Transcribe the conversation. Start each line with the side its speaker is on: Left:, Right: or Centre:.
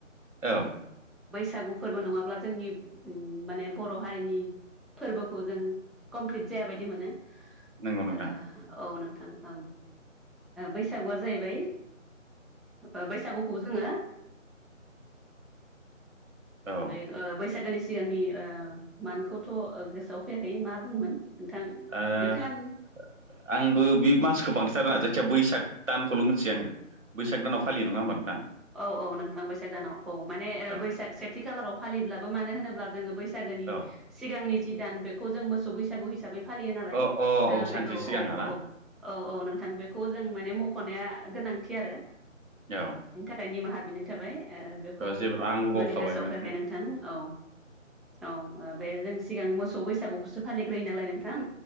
Right: औ
Centre: गु फोरबो नङाब्ला जोंनि माने उम बर' हारिनि फोरबोखौ जों कमप्लिट जायाबायदि मोनो ओ
Right: नंगौ नोंथां
Centre: औ नोंथां ओं बैसागुआ जाहैबाय ओ बैसागुखौ जोङो
Right: औ ओ
Centre: बे बैसागोनि सिगांनि मानखौथ' गोसोआव फैयाखै मा बुंङोमोन नोंथां
Right: आंबो
Centre: नोंथां
Right: बे मासखौ बांदथार ना जायखिजया बैसाग दानखौल' मिथियो आङो बैसाग दानाव फालि नङा होनबा
Centre: औ औ नोंथां बैसाग दानाव औ माने
Right: औ
Centre: बैसाग सेथि खालाराव फालिब्लाबो मानो होनोब्ला जोङो बैसाग नि
Right: औ
Centre: सिगांनि जि दान बेखौ जों मोसौ बैसागु हिसाबै फालियो नालाय
Right: अ अ सानसे
Centre: बे औ
Right: सिगाङा
Centre: औ
Right: ना
Centre: औ औ औ नों बेखौ जों माने मख'नाया गोनांथि आरो
Right: औ
Centre: फथायनि माहा बिनाय थाबाय बेखौ
Right: औ जेबो नङा आंबो बावखाबायमोन
Centre: माने गोसोआव फैयाखै नोंथां औ औ बे जों सिगां मोसौ बैसागुखौसो फालिग्रोयो नालाय नोंथां